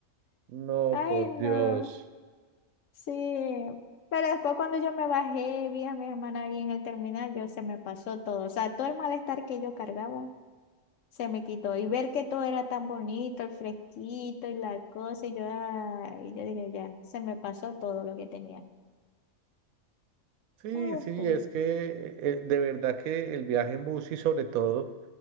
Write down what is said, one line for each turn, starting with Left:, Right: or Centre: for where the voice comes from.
Right: no,
Left: Ay,
Right: por
Left: no.
Right: Dios.
Left: Sí, pero después cuando yo me bajé, vi a mi hermana ahí en el terminal, yo se me pasó todo, o sea, todo el malestar que yo cargaba se me quitó y ver que todo era tan bonito, el fresquito y la cosa, y yo, ay, yo dije, ya, se me pasó todo lo que tenía.
Right: Sí,
Left: Me gustó.
Right: sí, es que eh, de verdad que el viaje en bus y sobre todo,